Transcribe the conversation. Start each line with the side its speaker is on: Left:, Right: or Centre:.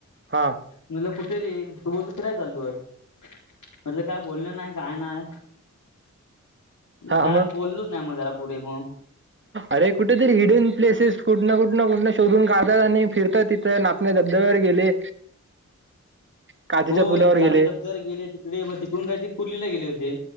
Right: हा.
Left: म्हणलं कुठे रे तो बोलतो फिरायला चाललोय. म्हटलं काय बोलण नाही काय नाही.
Right: हा
Left: काय
Right: मग
Left: बोललोच नाही मग त्याला पुढे मग?
Right: अरे कुठेतरी हिडन प्लेसेस कुठन कुठंन कुठंन शोधून काढतात आणि फिरतात तिथं नाग त्या धबधब्यावर गेले. काचेच्या
Left: होय
Right: पुलावर
Left: आधी
Right: गेले
Left: धबधब्यावर गेले तिकडे मग तिकडून काय त कुर्लीला गेले होते.